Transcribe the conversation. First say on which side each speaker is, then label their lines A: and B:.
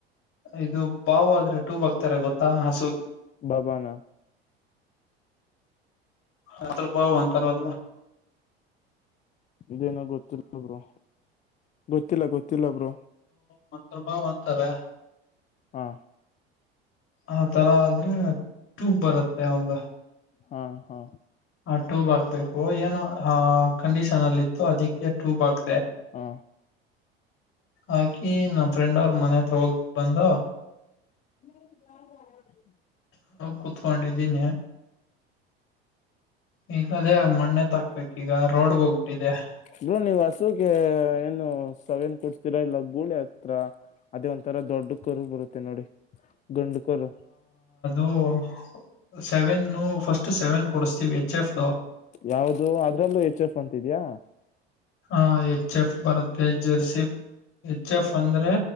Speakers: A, on the left; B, on the left.
A: ಇದು ಬಾವ ಆದ್ರೆ ಟೂ ಬ ಗೊತ್ತಾ ಹ
B: ಬಬಾನ
A: ಅಂತ ಬಾವ ಒಂತರ ಅಲ್ವಾ
B: ಇದೇನೋ ಗೊತ್ತಿಲ್ಲಬ್ರು ಗೊತ್ತಿಲ್ಲ ಗೊತ್ತಿಲ್ಲಬರು
A: ಮಂಭ ಅಂತಾರೆ
B: ಹಾ
A: ಆ ತರ ಆದ್ರೆ ಟ್ಯೂಬ್ ಬರುತ್ತೆ ಹ ಒಂದು
B: ಹಾ ಹಾ
A: ಹ ಟೂ ಬ ಹಾಕ್ಬೇಕು ಏನು ಆ ಕಂಡೀಷನ್ ಅಲ್ಲಿ ಇತ್ತು ಅದಕ್ಕೆ ಟೂ ಬಾಕ್
B: ಹಾ
A: ಆಕಿ ನಮ್ಮ ಫ್ರೆಂಡ್ ಅವ್ರ ಮನೆ ಹತ್ರ ಹೋಗ್ಬ ಬಂದ
B: ಹ್ಮ
A: ಕುೂತ್ಕೊಂಡಿದ್ದೀನಿ ಈಗ ಅದೇ ಮಣ್ಣೆ ತಾಕ್ಬೇಕ ಈಗ ರೋಡ್ ಹೋಗ್ಬ ಟ್ಟಿದೆ
B: ಬ್ರೂ ನೀವ್ ಹಸುಗೆ ಏನು ಸವೆೇನ್ ಕೊಡ್ತೀರಾ ಇಲ್ಲ ಗೂಳಿ ಹತ್ರ ಅದೇ ಒಂಂತರಾ ದೊಡ್ಡ ಕರು ಬರುತ್ತೆ ನೋಡಿ ಗಂಡು ಕರು
A: ಹ್ಮ್ ಸೆವೆನ್ ಫಸ್ಟ್ ಸೆವೆನ್ ಕೊಡಸ್ತೀವಿ ಎಚ್ ಎಫ್
B: ಯಾವ್ದು ಅದ್ರಲ್ಲೂ ಎಚ್ ಎಫ್ ಅಂತಿದ್ಯಾ
A: ಹ ಎಚ್ ಎಫ್ ಬರುತ್ತೆ ಜರ್ಸಿ ಎಚ್ ಎಫ್ ಅಂದ್ರೆ